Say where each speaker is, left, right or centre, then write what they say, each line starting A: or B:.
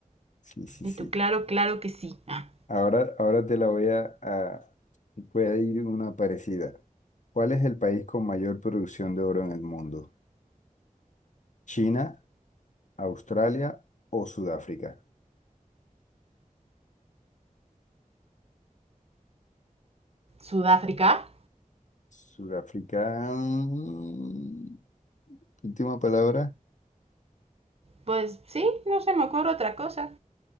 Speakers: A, on the left; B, on the right.
A: Sí, sí,
B: Y
A: sí.
B: tú, claro, claro que sí. Ah,
A: Ahora, ahora te la voy a, a... Voy a ir una parecida. ¿Cuál es el país con mayor producción de oro en el mundo? ¿China, Australia o Sudáfrica?
B: Sudáfrica.
A: Sudáfrica. mm, Última palabra.
B: pues sí, no se me ocurre otra cosa.